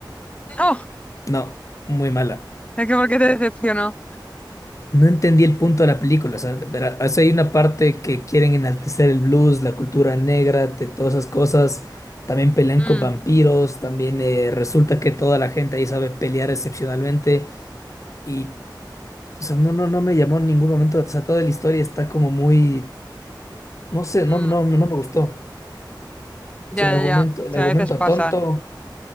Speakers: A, on the left; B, on the left.
A: Oh,
B: No, muy mala.
A: es que ¿por qué te decepcionó?
B: No entendí el punto de la película. O sea, verá, o sea, hay una parte que quieren enaltecer el blues, la cultura negra, de todas esas cosas. También pelean con
A: Mm,
B: vampiros. También eh, resulta que toda la gente ahí sabe pelear excepcionalmente. Y, o sea, no, no, no me llamó en ningún momento. O sea, toda la historia está como muy. No sé, no,
A: mm,
B: no, no me gustó. O
A: Ya,
B: sea, el argumento,
A: ya, ya. O
B: el
A: sea,
B: argumento
A: a veces pasa.
B: tonto,